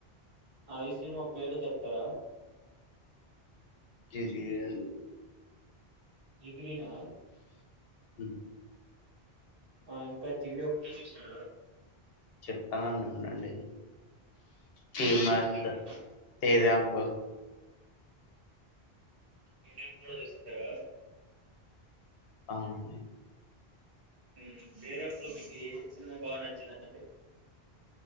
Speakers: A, on the right; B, on the left.
A: ఆ ఐదు సినిమా పేర్లు చెప్తారా
B: జీ జీ <unintelligible>
A: జిగ్రీనా
B: హ
A: ఆ ఇంకా జిగ్రీ ఒక్కటే చూసారు గా
B: చెప్తానండి ఉండండి ఫీమస్
A: ఉమ్ చెప్పండి
B: శదం ప్పు
A: క్రాంప్ కూడా చూశారా
B: ఆమ్
A: హుమ్ క్రాంప్‌లో <unintelligible> సినిమా బాగా నచ్చదండి